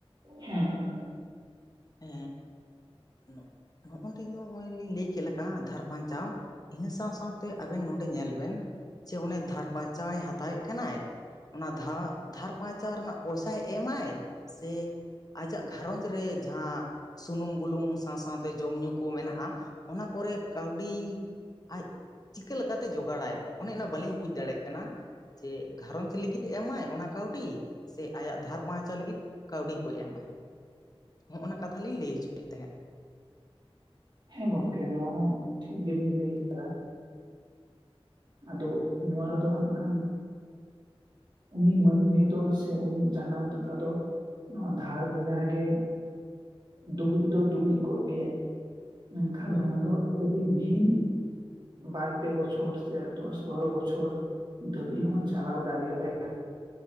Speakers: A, on the right; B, on the left.
A: ᱦᱮᱸ
B: ᱮᱻ ᱱᱚᱜ ᱱᱚᱜᱼᱚᱸᱰᱮ <unintelligible> ᱞᱤᱧ ᱞᱟᱹᱭ ᱠᱮᱜ ᱞᱮᱠᱟ ᱫᱷᱟᱨ ᱯᱟᱧᱪᱟᱣ ᱤᱱᱟᱹ ᱥᱟᱶᱼᱥᱟᱶᱛᱮ ᱟᱵᱮᱱ ᱱᱚᱸᱰᱮ ᱧᱮᱞ ᱵᱮᱱ ᱡᱮ ᱚᱱᱮ ᱫᱷᱟᱨ ᱯᱟᱨᱪᱟᱣᱮ ᱦᱟᱛᱟᱣᱮᱜ ᱠᱟᱱᱟᱭ ᱚᱱᱟ ᱫᱷᱟᱜ ᱫᱷᱟᱨ ᱯᱟᱨᱪᱟᱣ ᱨᱮᱱᱟᱜ ᱯᱚᱭᱥᱟᱭ ᱮᱢᱟᱭ ᱥᱮ, ᱟᱡᱟᱜ ᱜᱷᱟᱨᱚᱸᱡᱽ ᱨᱮ ᱡᱟᱦᱟᱸ ᱥᱩᱱᱩᱢ ᱵᱩᱞᱩᱝ ᱥᱟᱶᱼᱥᱟᱶᱛᱮ ᱡᱚᱢᱧᱩ ᱠᱚ ᱢᱮᱱᱟᱜᱼᱟ ᱚᱱᱟ ᱠᱚᱨᱮ ᱠᱟᱹᱣᱰᱤᱻ ᱟᱡ ᱪᱤᱠᱟᱹ ᱞᱮᱠᱟᱛᱮ ᱡᱚᱜᱟᱲᱟᱭ ᱚᱱᱮ ᱚᱱᱟ ᱵᱟᱹᱞᱤᱧ ᱵᱩᱡᱽ ᱫᱟᱲᱮᱜ ᱠᱟᱱᱟ᱾ ᱡᱮ ᱜᱷᱟᱨᱚᱸᱡᱽ ᱞᱟᱹᱜᱤᱫ ᱮᱢᱟᱭ ᱚᱱᱟ ᱠᱟᱹᱣᱰᱤ ᱥᱮ ᱟᱭᱟᱜ ᱫᱷᱟᱨ ᱯᱟᱧᱪᱟᱣ ᱞᱟᱹᱜᱤᱫ ᱠᱟᱹᱣᱰᱤ ᱠᱚᱭ ᱮᱢᱟᱭ᱾ ᱦᱚᱸᱜᱼᱚᱱᱟ ᱠᱟᱛᱷᱟ ᱞᱤᱧ ᱞᱟᱹᱭ ᱚᱪᱚᱭᱮᱫ ᱛᱟᱦᱮᱸᱜ᱾
A: ᱦᱮᱸ ᱜᱚᱝᱠᱮ ᱱᱚᱣᱟ ᱦᱚᱸ ᱴᱷᱤᱠ ᱜᱮᱵᱤᱱ ᱞᱟᱹᱭ ᱠᱟᱫᱟ᱾ ᱟᱫᱚ ᱱᱚᱣᱟ ᱨᱮᱫᱚ ᱦᱟᱸᱜ ᱠᱷᱟᱱ ᱩᱱᱤ ᱢᱟᱹᱱᱢᱤ ᱫᱚ ᱥᱮ ᱩᱱᱤ ᱡᱟᱱᱟᱢ ᱛᱟᱨᱟ ᱫᱚ ᱱᱚᱣᱟ ᱫᱷᱟᱨ ᱪᱮᱛᱟᱱ ᱨᱮᱜᱮ ᱰᱩᱵᱩᱡ ᱫᱚ ᱰᱩᱵᱩᱡ ᱠᱚᱜ ᱜᱮᱭᱟᱭ᱾ ᱢᱮᱱᱠᱷᱟᱱ
B: ᱦᱳᱭ
A: ᱱᱚᱣᱟ
B: ᱦᱳᱭ
A: ᱫᱚ ᱚᱹᱵᱤ ᱵᱷᱤᱱ ᱵᱟᱨ ᱯᱮ ᱵᱚᱪᱷᱚᱨ ᱥᱮ ᱫᱚᱥ ᱵᱟᱨᱚ ᱵᱚᱪᱷᱚᱨ ᱫᱷᱟᱹᱵᱤᱜ ᱦᱚᱸ ᱪᱟᱞᱟᱣ ᱫᱟᱲᱮᱭᱟᱜ ᱛᱟᱭᱟ᱾